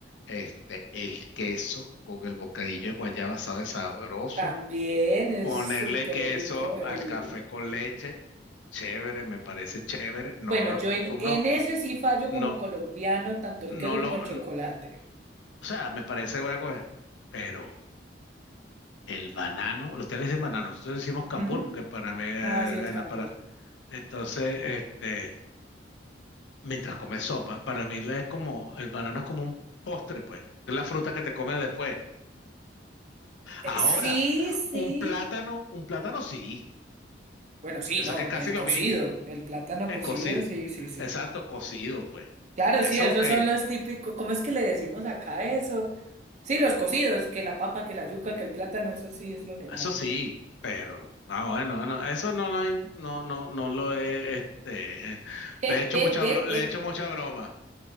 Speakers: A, on the left; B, on the right.
A: este, el queso con el bocadillo de guayaba sabe sabroso.
B: <laughs> También es
A: Ponerle
B: súper
A: queso
B: rico el...
A: al café con leche, chévere, me parece chévere, no
B: Bueno,
A: lo
B: yo
A: acostumbro,
B: en, en ese sí fallo
A: no,
B: como colombiano, tanto el
A: no
B: queso
A: lo,
B: como el chocolate.
A: n- o sea, me parece voy a comer, pero el banano, los le dicen banano, nosotros decimos cambur
B: Ujú.
A: porque para mí eh,
B: Ah, sí, el
A: bueno,
B: cambur.
A: para, entonces, este, mientras comes sopa, para mí es como, el banano es como un postre, pues, es la fruta que te comes después.
B: Eh,
A: Ahora,
B: sí, sí.
A: un plátano, un plátano sí,
B: Bueno, sí,
A: yo
B: no,
A: sé que es casi
B: el
A: lo
B: cocido,
A: mismo.
B: el plátano
A: El
B: cocido,
A: cocido.
B: sí, sí, sí.
A: Exacto, cocido, pues.
B: Claro,
A: Eso
B: sí, esos
A: ok,
B: son los típicos, ¿cómo es que le decimos acá eso? Sí, los cocidos, que la papa, que la yuca, que el plátano, eso sí es lo normal.
A: eso sí, pero, ah, bueno, bueno, eso no lo, he- no, no, no lo he, este,
B: <laughs>
A: le he hecho mucha broma, le he hecho mucha broma,